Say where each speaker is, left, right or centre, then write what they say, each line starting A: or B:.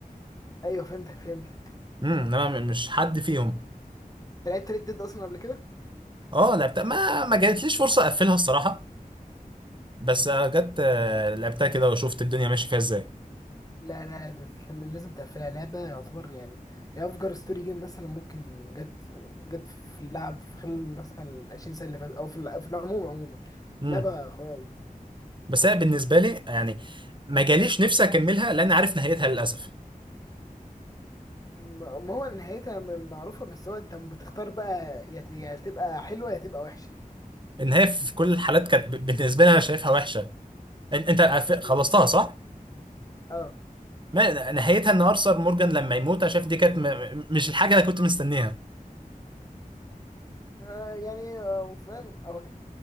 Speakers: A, on the left (about 25°); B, on the right (about 30°).
A: ايوه فهمتك فهمتك
B: امم انما م- مش حد فيهم
A: انت لعبت ريد ديد اصلا قبل كده
B: اه لعبتها ما ما جاتليش فرصة اقفلها الصراحة بس آه، جت آه، لعبتها كده وشفت الدنيا ماشية فيها ازاي
A: لا لا لا، لازم تقفلها لعبة يعتبر يعني هي أفجر ستوري جيم مثلا ممكن جت جت في اللعب في خلال مثلا العشرين سنة اللي فاتت أو في الع- في العموم عموما
B: امم
A: لعبة قوية أوي
B: بس هي بالنسبة لي يعني ما جاليش نفسي اكملها لان عارف نهايتها للاسف
A: ما ما هو نهايتها م- معروفة بس هو أنت بتختار بقى يا ت- يا تبقى حلوة يا تبقى وحشة
B: النهاية في كل الحالات كانت ب- بالنسبة لي انا شايفها وحشة ان- انت قف-
A: م.
B: خلصتها صح؟
A: أه
B: ما نهايتها ان ارثر مورجان لما يموت انا شايف دي كانت م- م- مش الحاجة اللي كنت مستنيها
A: آه، يعني آه، فاهم أو ك-